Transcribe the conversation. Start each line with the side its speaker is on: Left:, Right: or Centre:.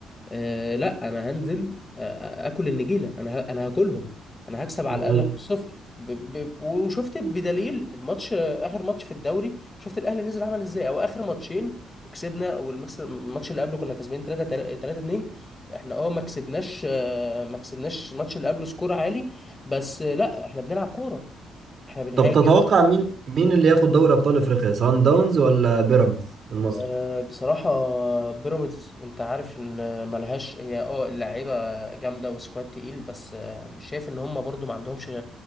Left: آه لا انا هنزل آه آه، اكل النجيله انا ه... انا هاكلهم انا هكسب على
Right: و-
Left: الاقل 5-0 ب... ب... وشفت بدليل الماتش آه، اخر ماتش في الدوري شفت الاهلي نزل عمل ازاي او اخر ماتشين كسبنا والمكس الماتش اللي قبله كنا كسبانين 3 3 2 احنا اه ما كسبناش آه، ما كسبناش الماتش اللي قبله سكور عالي بس آه، لا احنا بنلعب كوره احنا بنهاجم
Right: طب تتوقع مين مين اللي ياخد دوري أبطال أفريقيا سان داونز ولا بيراميدز المصري
Left: آه، بصراحة بيراميدز انت عارف ان ملهاش هي اه اللعيبة جامدة وسكواد تقيل بس آه، مش شايف ان هم برضو ما عندهمش آه،